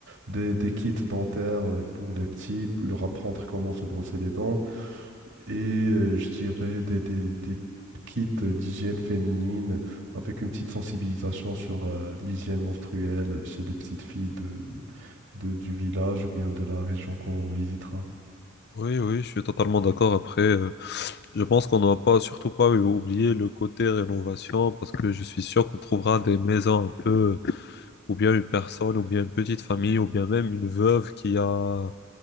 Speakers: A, on the right; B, on the left.
A: des, des kits dentaires euh, pour les petits, pour leur apprendre comment se brosser les dents et euh, je dirais des, des, des kits d'hygiène féminine avec une petite sensibilisation sur euh, l'hygiène menstruelle chez les petites filles de, de- du village ou bien de la région qu'on visitera.
B: oui, oui, je suis totalement d'accord. Après, euh, je pense qu'on ne doit pas, surtout pas euh, oublier le côté rénovation parce que je suis sûr qu'on trouvera des maisons un peu, ou bien une personne, ou bien une petite famille, ou bien même une veuve qui a